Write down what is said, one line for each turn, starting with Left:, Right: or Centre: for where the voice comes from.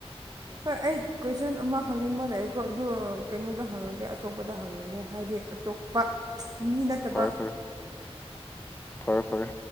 Right: ꯍꯣꯏ ꯑꯩ ꯀꯣꯏꯁꯟ ꯑꯃ ꯍꯪꯅꯤꯡꯕ ꯂꯥꯛꯑꯦꯀꯣ ꯑꯗꯨ ꯀꯩꯅꯣꯗ ꯍꯪꯉꯒꯦ ꯑꯇꯣꯞꯄꯗ ꯍꯪꯉꯒꯦ ꯍꯥꯏꯗꯤ ꯑꯇꯣꯞꯄ ꯃꯤ ꯅꯠꯇꯕ
Left: ꯐꯔꯦ ꯐꯔꯦ ꯐꯔꯦ ꯐꯔꯦ